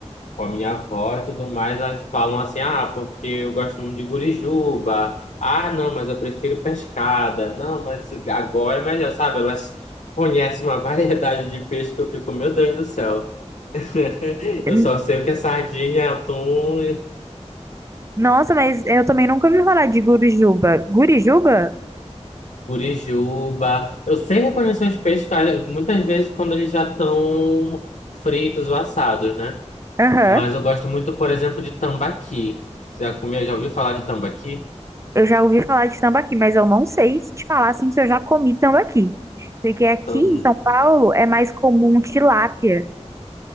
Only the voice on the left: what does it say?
com a minha avó e tudo mais, elas falam assim: ah, porque eu gosto muito de gurijuba, ah, não, mas eu prefiro pescada, não, mas agora é melhor, sabe? Elas conhecem uma <laughs> variedade de peixe que eu fico, meu Deus do céu, <laughs> eu
só sei o que é sardinha, atum.
Curijuba. Eu sei reconhecer os peixes claro, muitas vezes quando eles já estão fritos ou assados, né?
Mas eu gosto muito, por exemplo, de tambaqui. Você Já comeu, já ouviu falar de tambaqui?
Tam-